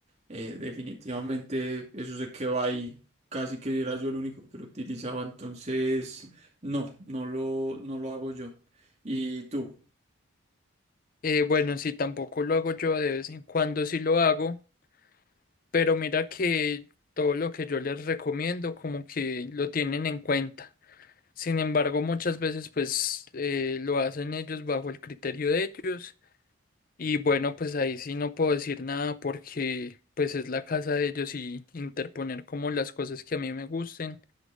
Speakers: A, on the right; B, on the left.
A: eh, definitivamente eso se quedó ahí. Casi que era yo el único que lo utilizaba. Entonces, no, no lo, no lo hago yo. Y tú,
B: eh, bueno, sí, tampoco lo hago yo de vez en cuando, sí lo hago. pero mira que todo lo que yo les recomiendo como que lo tienen en cuenta. Sin embargo, muchas veces pues eh, lo hacen ellos bajo el criterio de ellos y bueno, pues ahí sí no puedo decir nada porque pues es la casa de ellos y interponer como las cosas que a mí me gusten,